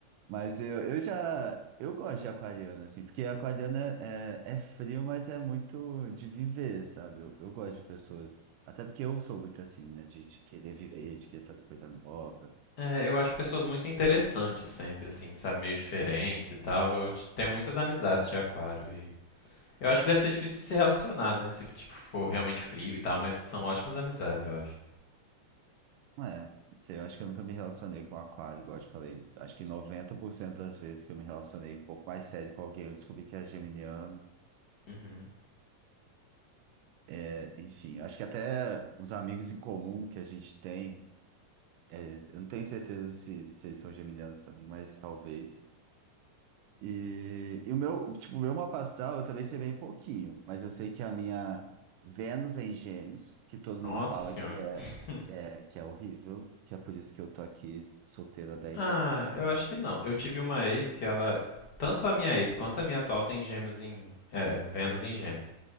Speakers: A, on the right (about 80°); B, on the left (about 60°).
A: Mas eu, eu já. Eu gosto de aquariano, assim, porque aquariano é, é, é frio, mas é muito de viver, sabe? Eu, eu gosto de pessoas. Até porque eu sou muito assim, né? De, de querer viver, de querer fazer coisa nova.
B: É, eu acho pessoas muito interessantes sempre, assim, sabe? Meio diferentes e tal. Eu t- tenho muitas amizades de aquário e. Eu acho que deve ser difícil de se relacionar, né? Se tipo, for realmente frio e tal, mas são ótimas amizades, eu acho.
A: Não É, não sei, eu acho que eu nunca me relacionei com aquário, igual eu te falei. Acho que 90% das vezes que eu me relacionei um pouco mais sério com alguém, eu descobri que é geminiano.
B: Uhum.
A: É, enfim, acho que até os amigos em comum que a gente tem, é, eu não tenho certeza se, se eles são geminianos também, mas talvez. E, e o meu, tipo, o meu mapa astral eu também sei bem pouquinho, mas eu sei que a minha Vênus é em Gêmeos, que todo
B: Nossa
A: mundo fala
B: senhora.
A: que é,
B: <laughs>
A: que é, que é horrível, que é por isso que eu tô aqui solteiro há 10
B: Ah,
A: anos.
B: eu acho que não. Eu tive uma ex que ela. Tanto a minha ex quanto a minha atual tem gêmeos em. É, Vênus em gêmeos.